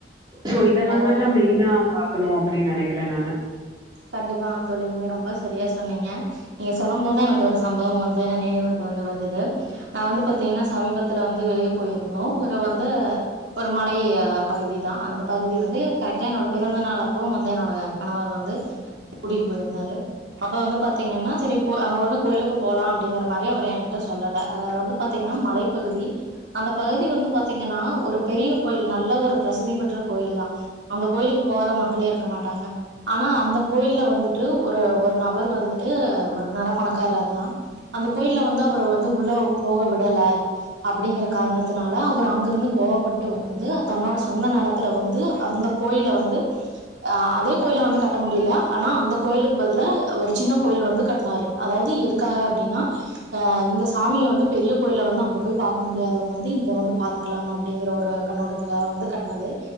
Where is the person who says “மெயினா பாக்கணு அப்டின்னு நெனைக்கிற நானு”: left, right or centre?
Right